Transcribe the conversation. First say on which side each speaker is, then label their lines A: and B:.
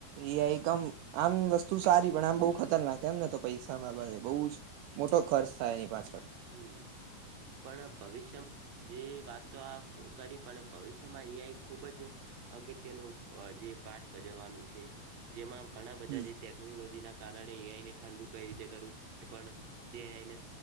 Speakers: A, on the right; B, on the right.
A: એઆઈ એકમ આમ વસ્તુ સારી પણ આમ બહુ ખતરનાક એમને તો પૈસા બાબતે બોવ જ મોટો ખર્ચ થાય એની પાછળ.
B: હમ પણ ભવિષ્યમાં જે વાતો કરી પણ ભવિષ્યમાં એઆઈ ખૂબ જ અગત્યનું જે પાઠ ભજવવાનું છે જેમાં ઘણા બધા
A: હમ
B: જે ટેકનોલોજીના કારણે અને ઠંડુ કઈ રીતે કરવું પણ જે